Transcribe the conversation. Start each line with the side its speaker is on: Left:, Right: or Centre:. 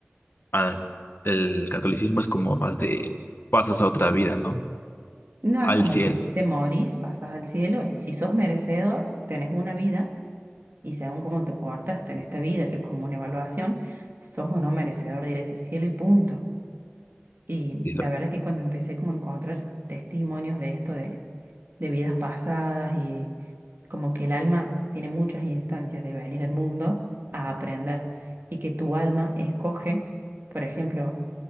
Left: ah, el catolicismo es como más de pasas a otra vida, ¿no?
Right: No
Left: Al
Right: es como
Left: cielo.
Right: que te morís, pasas al cielo y si sos merecedor, tenés una vida y según cómo te portas en esta vida, que es como una evaluación, sos o no merecedor de ir a ese cielo y punto. Y
Left: cielo.
Right: la verdad que cuando empecé como a encontrar testimonios de esto, de, de vidas pasadas y como que el alma tiene muchas instancias de venir al mundo a aprender y que tu alma escoge, por ejemplo,